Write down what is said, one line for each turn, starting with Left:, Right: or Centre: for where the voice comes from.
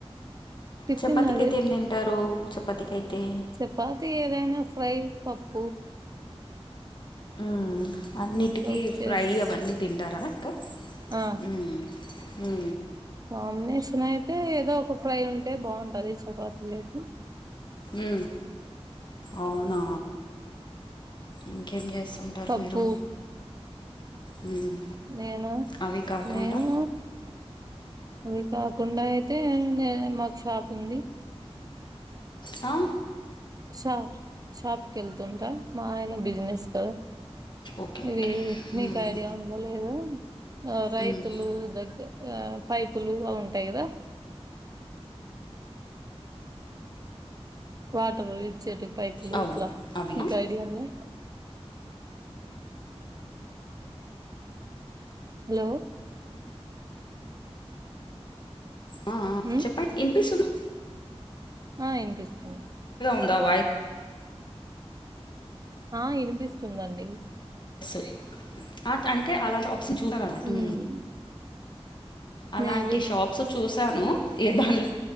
Right: టిఫిన్
Left: చపాతికి
Right: అదే
Left: అయితే ఏం తింటారు చపాతికి అయితే
Right: చపాతి ఏదైనా ఫ్రై పప్పుూ
Left: ఆ అన్నిటికీ
Right: ఇంకొచ్చేసి
Left: ఫ్రై అవన్నీ తింటారా అక్క
Right: ఆ
Left: ఊ హ
Right: కాంబినేషన్ అయితే ఏదో ఒక ఫ్రై ఉంటే బాగుంటది చపాతీలేకి
Left: ఉ అవునా ఇంకేం చేస్తుఉంటారు
Right: పప్పు
Left: మీరు హ్మ్.
Right: నేను
Left: అవి కాకుండా
Right: నేనూ అది కాకుండా అయితే నే మాక్ షాప్ ఉంది
Left: అ
Right: షా షాప్ కెళ్తుందా మా ఆయన బిజినెస్కు
Left: ఓకే.
Right: ఇది
Left: ఓకే. హ్మ్.
Right: మీకు ఐడియా ఉందో లేదో ఆ రైతులు
Left: ఉమ్,
Right: దగ్గ అ పైపులు అవి ఉంటాయి కదా వాటర్ ఇ చ్చేటివి పైపులు
Left: అవును
Right: ఇట్లా
Left: అవి
Right: మీకు ఐడియానా హాలో
Left: అ ఆ
Right: ఉమ్
Left: చెప్పండి ఇనిపిసున్
Right: ఆ ఇనిపిస్తుంది
Left: నా వాయి
Right: ఆ ఇనిపిస్తుందండి
Left: స్ అ అంటే అలాంటి ఆప్షన్ చూశా అన్నమాట
Right: ఉమ్
Left: అలాంటి
Right: మీరు
Left: షాప్స్ చూసాను ఏదాన్ల్